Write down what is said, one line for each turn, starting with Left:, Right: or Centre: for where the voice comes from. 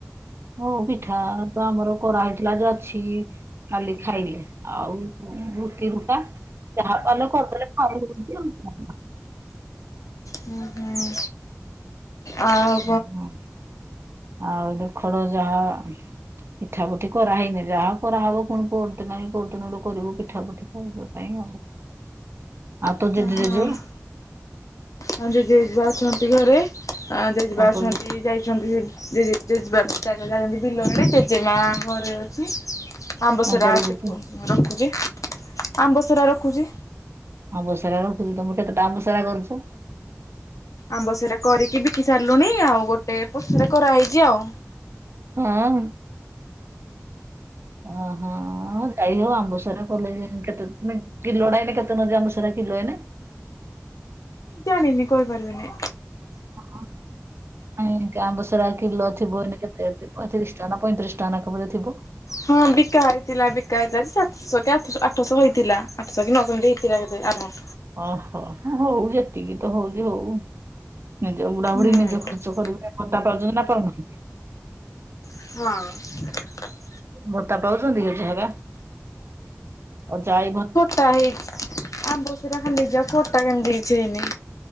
Right: ହଁ ପିଠା ତ ଆମର କରାହେଇଥିଲା ଯ ଅଛି। କାଲି ଖାଇଲେ ଆଉ ଉଁ ରୁଟି ରୁଟା। ଯାହା ପାରଲୁ କରଦେଲେ <unintelligible> ଆଉ କଣ <unintelligible>
Left: ହୁଁ ହୁଁ। ଆଉ
Right: ଉଁ ହୁଁ, ଆଉ ଏ ଖରା ଯାହା। ପିଠା ପୁଠି କରାହେଇନି ଯାହା କରାହବ ପୁଣି ପୋହର ଦିନ କି କୋଉଦିନ ଲୋ କରିବୁ ପିଠା ପୁଠି ଖାଇବା ପାଇଁ ଆଉ। ଆଉ
Left: କଣ
Right: ତୋ ଜେଜେ, ଜେଜେମା?
Left: ହଁ ଜେଜେ, ଜେଜେମା ଅଛନ୍ତି ଘରେ। ଅଁ ଜେଜେ
Right: କଣ
Left: ବା ଅଛନ୍ତି
Right: କରୁ
Left: ଯାଇ ଛନ୍ତି। ଜେଜେ ଜେଜେବାପା ଯାଇ ଯାଇଛନ୍ତି ବିଲଆଡ଼େ। ଜେଜେମା ଘରେ ଅଛି। ଆମ୍ବସରା
Right: କଣ କରୁଛନ୍ତି?
Left: <unintelligible> ରଖୁଛି। ଆମ୍ବସରା ରଖୁଛି।
Right: ଆମ୍ବସରା ରଖୁଛି, ତମେ କେତେଟା ଅମ୍ବସରା କରୁଛ?
Left: ଆମ୍ବସେରା କରିକି ବିକି ସାରିଲୁଣି ଆଉ ଗୋଟେ ପଛରେ କରାହେଇଛି ଆଉ।
Right: ହୁଁ ଉଁ। ଓ ହୋ। ହଁ ଯାଇ ହଉ ଆମ୍ବସାରା କଲେ କେତେ ମିନ୍ କିଲୋଟା ଏଇନେ କେତେ ନଉଛି ଆମ୍ବସାରା କିଲୋ ଏଇନେ?
Left: ଜାଣିନି କହିପାରିବିନି।
Right: ଓହୋ। ନାଇଁ ଆମ୍ବସରା କିଲୋ ଥିବ ଏଇନେ କେତେ ପଇଁତିରିଶ ଟଙ୍କା ପଇଁତିରିଶ ଟଙ୍କା ନା କେତେ ଥିବ।
Left: ହଁ ବିକା ହେଇଥିଲା ବିକା ହେଇଥିଲା ସା ଶହ କି ଆଠଶହ ଆଠଶହ ହେଇଥିଲା ଆଠଶହ କି ନଅଶହ ଏମିତି ହେଇଥିଲା କେତେ ଆର
Right: ଓହୋ ହଉ ଯେତିକି ତ ହଉଛି ହଉ। ନିଜ ବୁଢ଼ା
Left: ହୁଁ
Right: ବୁଢ଼ୀ ନିଜ ଖର୍ଚ୍ଚ କରିବେ ଭତ୍ତା ପାଉଛନ୍ତି ନା ପାଉ ନାହାନ୍ତି?
Left: ହଁ।
Right: ମୋଟା ପାଉଛନ୍ତି ହେଯେ ହେଇଟା ଅଜା ଆଈ ମତ୍
Left: ଟା ହେଇଛି ଆମ୍ବ ସିରା ଖାଲି ନିଜ ଖାଟା କେମତି କିଛି ଏଇନେ।